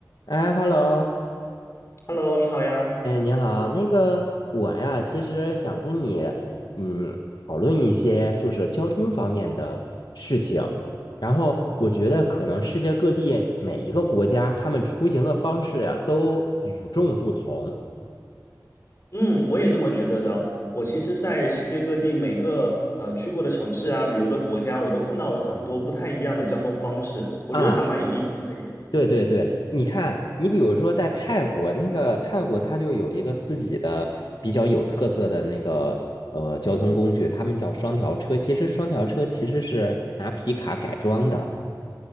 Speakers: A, on the left; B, on the left.
A: 哎，hello，
B: Hello，你好呀。
A: 哎，你好，那个我呀，其实想跟你，嗯，讨论一些就是交通方面的事情。然后我觉得可能世界各地每一个国家，他们出行的方式啊，都与众不同
B: 嗯，我也这么觉得的。我其实，在世界各地每个呃去过的城市啊，旅游的国家，我都看到了很多不太一样的交通方式，我觉得还蛮有意思的耶。
A: 啊。对对对，你看，你比如说在泰国，那个泰国它就有一个自己的比较有特色的那个呃交通工具，他们叫双条车。其实双条车其实是拿皮卡改装的。